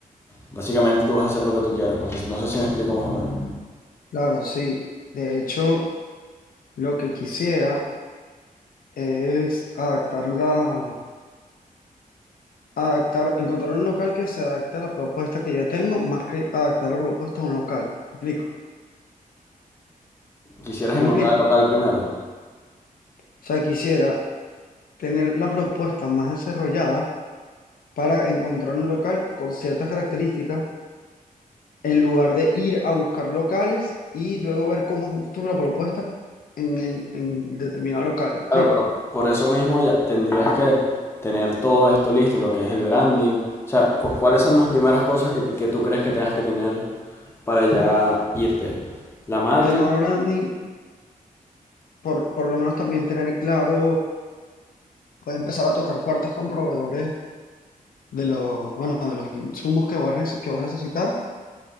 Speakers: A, on the left (about 15°); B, on the left (about 75°).
A: Básicamente tú vas a hacer lo que tú quieras. No sé, no sé si me explico más o menos.
B: Claro, sí. De hecho, lo que quisiera es adaptarla, adaptar, encontrar un local que se adapte a la propuesta que yo tengo, más que adaptar la propuesta a un local. ¿Me explico?
A: Quisieras
B: ¿Sí me
A: encontrar
B: explico?
A: el local primero.
B: O sea, quisiera tener la propuesta más desarrollada para encontrar un local con ciertas características en lugar de ir a buscar locales y luego ver cómo ajusto la propuesta en, el- en determinado local. ¿Me explico?
A: Claro, pero por eso mismo ya tendrías que tener todo esto listo, lo que es el branding. O sea, cu- ¿cuáles son las primeras cosas que, ti- que tú crees que tengas que tener para ya irte? ¿La marca?
B: Tema branding, por, por lo menos también tener claro, voy a empezar a tocar puertas con proveedores de los, bueno, de los insumos que voy a, nece- que voy a necesitar.